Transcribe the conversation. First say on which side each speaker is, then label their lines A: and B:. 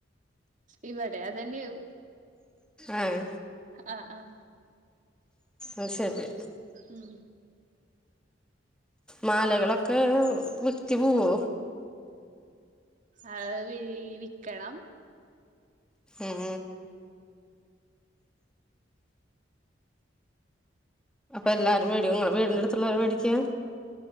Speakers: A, on the right (about 45°); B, in the centre.
A: ഇവ്ടെ അതെന്ന്യാവും.
B: ആഹ്.
A: ആഹ് ആഹ്.
B: അത് സരി.
A: ഉം.
B: മാലകളൊക്ക വിറ്റ് പോവൊ.
A: അത് വീ വിക്കണം.
B: ഉം അപ്പ എല്ലാരും വേടിക്കും ഇങ്ങളെ വീടിന്റ അടുത്തുള്ളോര് വേടിക്കും.